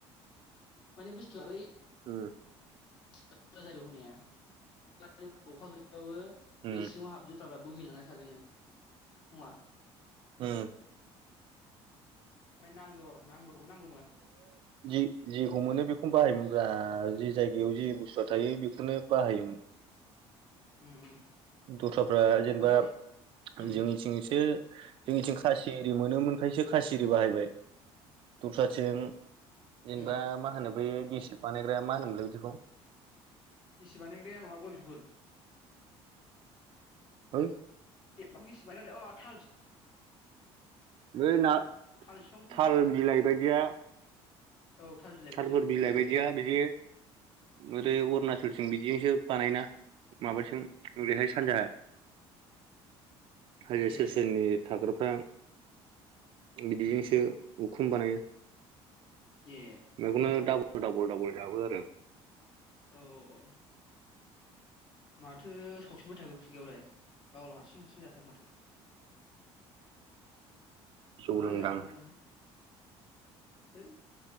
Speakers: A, on the left; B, on the right.
A: माने बुस्थुआ बै
B: ओ
A: <unintelligible> आव‌ होनाया <unintelligible> अखा गैलैबाबो
B: उम
A: बे सिंङाव हाबजोबथाबाय बोहैलांना <unintelligible> जोंनो नंङा?
B: उम
A: ओमफ्राय नांदर नांदरबो नांगौमोन।
B: जि जेखौ मोनो बेखौनो बाहायोमोन ब्रा जि जायगायाव जि बुस्थुआ थायो बेखौनो बाहायोमोन।
A: उम उम
B: दस्राफ्रा जेनेबा
A: ओमफ्राय उम
B: जोंनि थिं इसोर जोंनि थिं खासि एरि मोनो मोन खायसो खासि एरि बाहायबाय दस्राथिं जेनेबा
A: उम
B: मा होनो बै गि सि बानायग्राया मा होनोमोनलाय बिदिखौ?
A: इसे बानायग्राया माबा गय बिगुर
B: है
A: <unintelligible> अ थाल
B: बे ना
A: थाल बिफांखौ
B: थाल
A: गिसि बानायो
B: बिलाइ बायदिया
A: औ थाल बिलाइखौसो
B: थालफोर बिलाइ बायदिया बिदि ओरै अरुना फुलथिं बिदिजोंसो बानायोना? माबैथिं
A: उम
B: ओरैहाय
A: उम
B: सानजाहा हाजो
A: ए
B: सेर-सेर नि थाग्राफ्रा बिदिजोंसो
A: उम उम
B: उम खुम बानायो।
A: ए
B: नगौन‌न नों दा दाबल दाबल जाबो आरो।
A: औ औ माथो सावसुबाय थाखो खुगायावलाय गावल हारसिं हारसिं जाथारो माथो।
B: जौ
A: मा
B: लोंदां
A: जाखुमादों नों? हैै